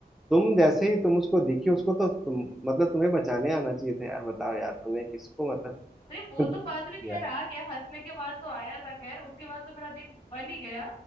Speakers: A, in the centre; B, on the left.
A: तुम जैसे ही तुम उसको दिखी उसको तो तुम मतलब तुम्हें बचाने आना चाहिए था यार बताओ यार तुमने किसको मतलब
B: अरे वो तो
A: <laughs> किया
B: बाद में खैर आ गया हंसने के बाद तो आया था खैर उसके बाद तो मेरा दिन बन ही गया